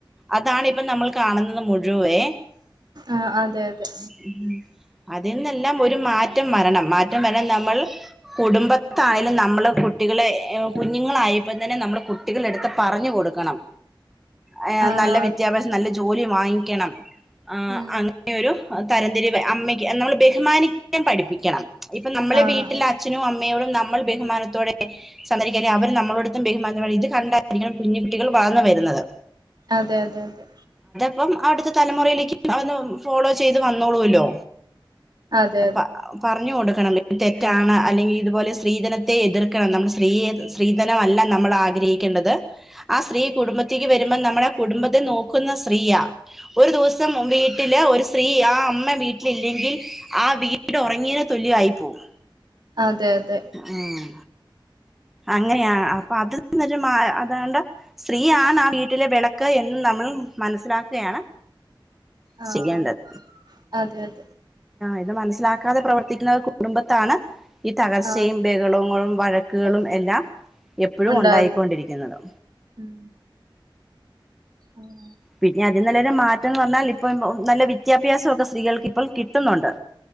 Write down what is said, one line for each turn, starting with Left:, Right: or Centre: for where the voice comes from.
Centre: അതാണ് ഇപ്പ നമ്മൾ കാണുന്നത് മുഴുവേ
Right: ആഹ് അതെ അതെ
Centre: ഉ അതിൽന്നെല്ലാം ഒരു മാറ്റ മാറ്റം വരണം മാറ്റം വരാൻ നമ്മൾ കുടുംബത്താണേലും നമ്മള് കുട്ടികളെ കുഞ്ഞുങ്ങളായപ്പോം തന്നെ നമ്മൾ കുട്ടികള എടുത്ത് പറഞ്ഞു കൊടുക്കണം ആ
Right: ആഹ്
Centre: നല്ല വിദ്യാഭ്യാസം
Right: അതെ
Centre: നല്ല ജോലി വാങ്ങിക്കണം ആ
Right: ഉം
Centre: അങ്ങനെയൊരു തരംതിരിവെ അമ്മയ്ക്ക് നമ്മൾ ബഹുമാനിക്കാൻ പഠിപ്പിക്കണം ഇപ്പം നമ്മളെ
Right: ആഹ്
Centre: വീട്ടിലെ അച്ഛനും അമ്മയോടും നമ്മൾ ബഹുമാനത്തോടെ സന്ദരിക്കല്ലേ അവര് നമ്മളോടത്തും ബഹുമാനത്തോടെ ഇത് കണ്ടായിരിക്കണം കുഞ്ഞ കുട്ടികൾ വളർന്നു വരുന്നത്
Right: അതെ അതെ അതെ
Centre: അപ്പം അടുത്തെ തലമുറയിലേക്ക് അതൊന്നു ഫോളോ ചെയ്ത് വന്നോളൂല്ലോ
Right: അതെ
Centre: പ്പ പറഞ്ഞു കൊട് ക്കണം തെറ്റാണ് അല്ലെങ്കിൽ ഇതുപോലെ സ്ത്രീധനത്തെ എതിർക്കണം നമ്മൾ സ്ത്രീയെ സ്ത്രീധനം അല്ല നമ്മൾ ആഗ്രഹിക്കേണ്ടത് ആ സ്ത്രീ കുടുംബത്തേക്ക് വരുമ്പോൾ നമ്മളെ കുടുംബത്തെ നോക്കുന്ന സ്ത്രീയാ ഒരു ദിവസം മുമ്പേയി ത്തില് ഒരു സ് സ്ത്രീ ആ അമ്മ വീട്ടിലില്ലെങ്കിൽ ആ വീട് ഒറങ്ങീയേന് തുല്യായി പോവും
Right: അതെ അതെ അതെ അതെ
Centre: ആഹ് അങ്ങനെയാ ആ ആഹ് അത് എന്നിട്ട് മാ അതൊണ്ട് സ്ത്രീയാണ് ആ വീട്ടിലെ വിളക്ക് എന്നും നമ്മൾ മനസ്സിലാക്കയാണ്
Right: ആഹ്
Centre: ചെയ്യാണ്ടത്
Right: അതെ അതെ
Centre: അത് മനസ്സിലാക്കാതെ പ്രവർത്തിക്കുന്ന കുടുംബത്താണ് ഈ തകർച്ചയും
Right: ആഹ്
Centre: ബഹളോങ്ങളും വഴക്കുകളും
Right: ഉണ്ടാവുന്നു
Centre: എല്ലാം എപ്പഴും
Right: ഉണ്ടാവുന്നു
Centre: ഉണ്ടായിക്കൊണ്ടിരിക്കുന്നത്
Right: ഉം ആഹ്
Centre: പിന്നെയത് ഇതിന്നെല്ലാം ഒരു മാറ്റന്ന് പറഞ്ഞാൽ ഇപ് ഇപ്പം നല്ല വിദ്യാഭ്യാസൊക്കെ സ്ത്രീകൾക്ക് ഇപ്പോൾ കിട്ടുന്നുണ്ട്